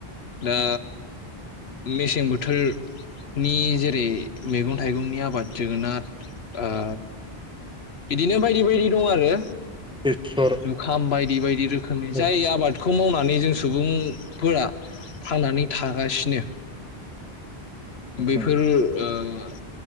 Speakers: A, on the left; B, in the centre.
A: ओ मेसें बोथोर नि जेरै मैगं थाइगंनि आबाद जोगोनार ओ बिदिनो बायदि बायदि दं आरो
B: बेसर
A: जुखाम बायद बिबायदि रोख खोमनि
B: औ
A: जाय
B: उम
A: आबादखौ मावनानै जों सुबुंफोरा थांनानै थागासिनो बेैफोर
B: उम
A: ओ ओ